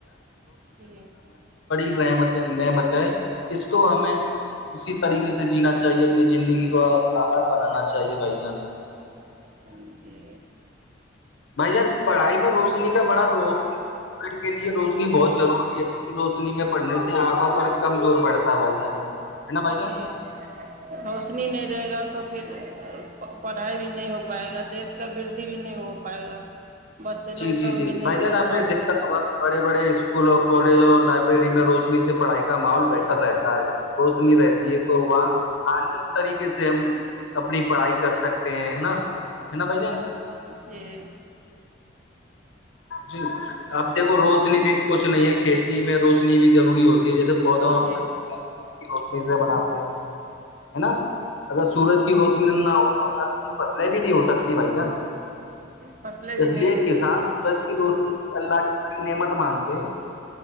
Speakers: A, on the right; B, on the left.
A: جی
B: نحمت نعمت ہے اس کو ہمیں اسی طریقے سے جینا چاہیے اپنی زندگی کو آباد بنانا چاہیے بھائی جان
A: ہ جی
B: بھائی جان پڑھائی میں روشنی کا بڑا رول ب کے لیے روشنی بہت ضروری ہے روشنی میں پڑنے سے آنکھوں پر کمزور پڑتا ہے بھائی جان ہے نا بھائی جان
A: جی ہوشنی نہیں رہے گا تو پھر پڑھائی بھی نہیں ہوگ پائے گا دیش کا ودی بھی نہیں ہو پائے گا بچے
B: جی
A: لوگ
B: جی
A: سب
B: جی
A: بھی نہیں
B: بھائی جان
A: پ
B: آپ
A: پ
B: نے بڑے بڑے اسکول اور کالجوں اور لائبریری میں روشنی سے پڑھائی کا ماحول
A: جی
B: بہتر رہتا ہے روشنی رہتی ہے تو وہاں آنند طریقے سے ہم اپنی پڑھائی کر سکتے ہیں ہے نا ہے نا بھائی جان
A: ج
B: جی اب دیکھو روشنی بھی کچھ نہیں ہے کھیتی میں روشنی بھی ضروری ہوتی ج جیے پودوں
A: جی
B: روشنی
A: جی
B: سے بناتے ہیں نا اگر سورج کی روشنی نہ ہو تو فصلیں بھی نہیں ہو سکتی بھائی جان
A: فصلیں بھی
B: اس
A: نہیں
B: لیے
A: ہو
B: کسان
A: سکتی
B: سچی دوستی اللہ کی باری نعمت مانتے ہیں